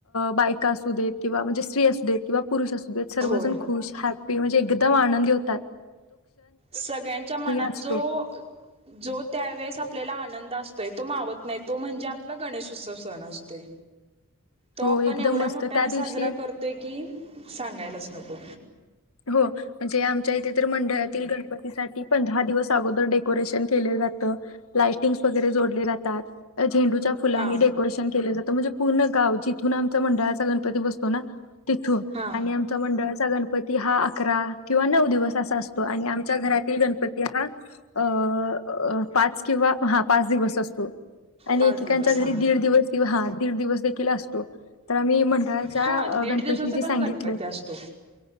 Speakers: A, on the left (about 75°); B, on the right (about 30°).
A: बायका असू देत, किंवा म्हणजे स्त्री असू देत. किंवा पुरुष असू देत. सर्वजण
B: होय
A: खुश हॅ मी म्हणजे एकदम आनंदी हो
B: सगळ्यांच्या मनात
A: असतो
B: जो- जो त्यावेेळेस आपल्याला आनंद असतोय, तो मावत नाही. तो म्हणजे आपला गणेश उत्सव सण असतोय. तो
A: हो
B: आपण
A: एकदम
B: एवढ्या
A: मस्त
B: मोठ्याने
A: त्या
B: साजरा
A: दिवशी
B: करतोय की- सांगायलाच नको.
A: हो. म्हणजे आम- आमच्या इथ तर मंडळातील गणपती साठी- पंधरा दिवस अगोदर डेकोरेशन केल जात. लाय टिंग - वगेरे जोडले जातात झेंडूच्या फुलांनी
B: हा
A: डेकोरेशन केल जात म्हणजे पूर्ण गाव- तिथून आमचं मंडळा - गणपती बसतो ना तिथून
B: हा
A: आणि आमचा मंडळात - चा गणपत- दहा, अकरा किंवा नऊ- दिवस असा असतो आणि आमच्या घरात- <unintelligible> पती हा अ- अ. पाच किंवा हा पाच दिवस असतो. आणि
B: पाच
A: एकेकांच्या
B: दिवस
A: घरी
B: हा
A: दीड दिवस. हा -दीड दिवस देखील असतो. तर आम्ही मंडळाच्या
B: हा दीड
A: गणपती
B: दिवसाचा पण
A: सांगितलं-
B: गणपती असतो